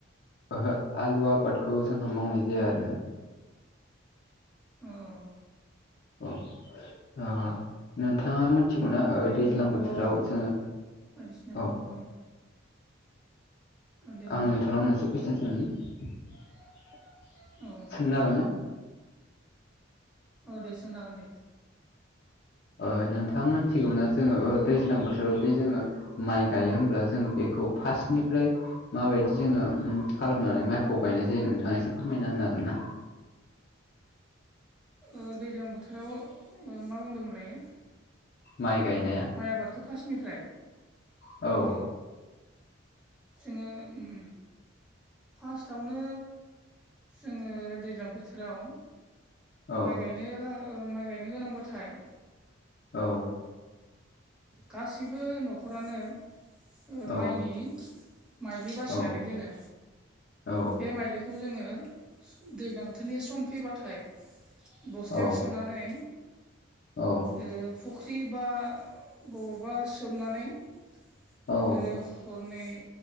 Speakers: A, on the left (about 50°); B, in the centre.
A: ओहो आलु आबादखौ जोंहा मावनाय जाया आरोना।
B: अ औ
A: औ ओ नोंथाङा मोन मिथिगौना
B: बेनिफ्राय
A: ओ दैज्लां
B: मटर
A: बोथोराव जोङो
B: बायदिसिनाफोरखौ
A: औ
B: औ देलाय
A: आं
B: बुंलाय
A: नोंथांनाव मोनसे कुइसन सोंनि सोंनो
B: औ
A: हागोन ना?
B: औ दे सोंनो हागोन दे।
A: ओ नोंथाङा मिथिगौना जोङो ओ दैज्लां बोथोरावदि जोङो माइ गायो होमब्ला जों बेखौ फार्स्टनिफ्राय माबायदि जोङो खालामनानै माइखौ गायनाय जायो नोंथाङा एसे फोरमायना होनो हागोन ना?
B: ओ दैज्लां बोथोराव ओ मा बुंदोंमोन लायो?
A: माइ गायनाया।
B: माइ आबादखौ फार्स्टनिफ्राय।
A: औ
B: अ जोङो उम। फार्स्टआवनो जोङो दैज्लां बोथोराव
A: औ
B: माइ गायनो माइ गायनो गोनांबाथाय।
A: औ
B: गासिबो न'खरानो। ओ
A: औ
B: माइनि माइलि बासिनानै
A: औ
B: दोनो।
A: औ
B: बे माइलिखौ जोङो दैज्लां बोथोरनि सम फैबाथाय बस्थायाव
A: औ
B: सोनानै
A: औ।
B: ओ फुख्रि बा बबावबा सोमनानै ओ
A: औ
B: हरनै